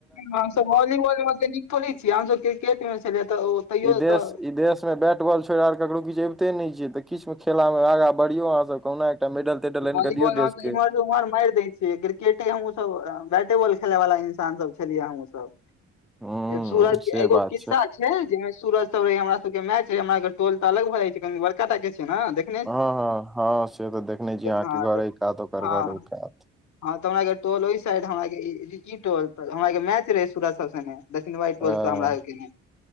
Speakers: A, on the left; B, in the centre.
A: हमसब वॉलीबॉल मे ओते निक थोरै छी हमसब क्रिकेट मे छलै तऽ तैयो
B: इ देश
A: तऽ
B: इ देश बैट बॉल छोड़ि आर ककरो किछु अबिते नहि ने छै तऽ किछु मे खेला मे आगाँ बढ़ियौ अहाँ सब कहुना एकटा मेडल तेडल आनि
A: बालीबॉल
B: कऽ दियौ
A: रहत
B: देश
A: त
B: के
A: इमहर उमहर मारि दै छै क्रिके केतेय हमहूँ सब बैटे बॉल खेले वाला इंसान सब छलियै हमहूँ सब
B: हूं
A: सूरज
B: से
A: एगो
B: बात
A: किस्सा छै जेमे सूरज सब रह हमरा सबके के मैच रह हमरा टोल त अलग भए जाय छै क बड़का टा के छै न
B: हँ हँ हँ से तऽ देखने छी अहाँके
A: हँ
B: घर
A: तऽ
B: अय कात ओकर
A: हँ
B: घर ओय कात
A: हँ तऽ हमरा के टोल ओइ साइड हमरा ई टोल त हमरा के मैच रहे सूरज सब सनेे दक्षिणवाइ टोल
B: हँ
A: सँ हमरा होइके ह